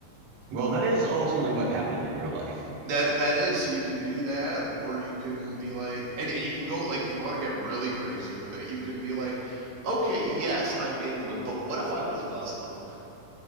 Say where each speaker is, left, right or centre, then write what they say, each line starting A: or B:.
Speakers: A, on the right; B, on the right.
A: Well, that is ultimately what happened in real life.
B: That that is so you can do that, or you can be like, and, and you can go like if you want to get really crazy with it, you can be like, okay, yes, I'm England, but what if I was Muslim?